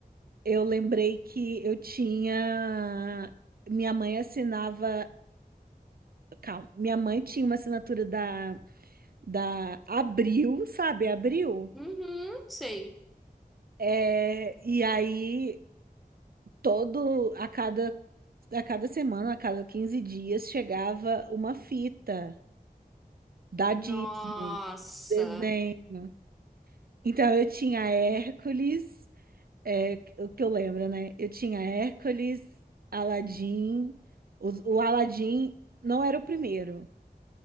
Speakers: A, on the right (about 70°); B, in the centre.
A: eu lembrei que eu tinha. Minha mãe assinava. Calma. Minha mãe tinha uma assinatura da, da Abril, sabe? Abril.
B: Uhum, sei.
A: É, e aí, todo, a cada, a cada semana, a cada 15 dias, chegava uma fita da Disney,
B: Nossa.
A: desenho. Então, eu tinha Hércules, é, o que eu lembro, né? Eu tinha Hércules, Aladim o o Aladim não era o primeiro.